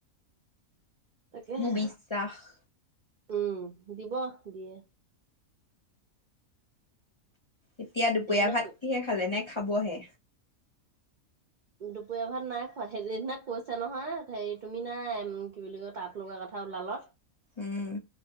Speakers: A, on the right; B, on the left.
A: তাকেহে
B: মোৰ বিশ্বাস
A: উম' দিব দিয়ে।
B: এতিয়া দুপীয়া
A: সেইদিনা
B: ভাত কিহে খালে নে? খাবহে?
A: দুপৰীয়া ভাত নাই খোৱা সেইদিনা কৈছে নহয় হেৰি তুমি নাই কি বুলি কয় তাঁত লগা কথা ওলাল,
B: উম,